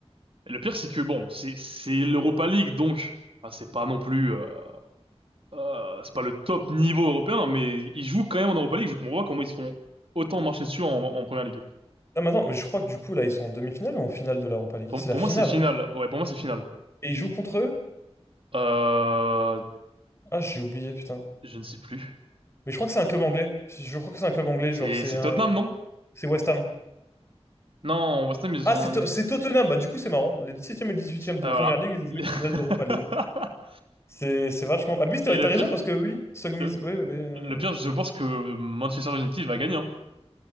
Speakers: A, on the right; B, on the left.
A: et le pire, c'est que, bon, c'est c'est l'Europa League, donc... ah, c'est pas non plus... euh, euh, c'est pas le top niveau européen, mais ils jouent quand même en Europa League. Je comprends pas comment ils se font autant marcher dessus en, en Première Ligue.
B: Ah, mais attends, mais je crois que du coup, là, ils sont en demi-finale ou en finale de l'Europa League?
A: Pour,
B: C'est
A: pour
B: la finale.
A: moi, c'est final.
B: hein.
A: Ouais, pour moi, c'est final.
B: Et ils jouent contre eux?
A: Euh,
B: Ah, j'ai oublié, putain.
A: je ne sais plus.
B: Mais je crois que c'est un club anglais. Je crois que c'est un club anglais,
A: C'est
B: genre, c'est
A: c'est
B: un.
A: Tottenham, non?
B: C'est West Ham.
A: Non, West Ham, ils
B: Ah,
A: ont...
B: c'est To- c'est Tottenham. Bah, du coup, c'est marrant. Les dix septième et dix huitième de
A: Ah,
B: Première
A: voilà.
B: Ligue, je joué
A: <laughs>
B: une finale d'Europa League. C'est c'est vachement. Ah, mais oui, t'as
A: Et le
B: t'as raison
A: pire...
B: parce que oui, Sogmis.
A: Le...
B: Oui, oui, oui,
A: Le
B: oui. oui.
A: pire, je pense que Manchester United va gagner. hein.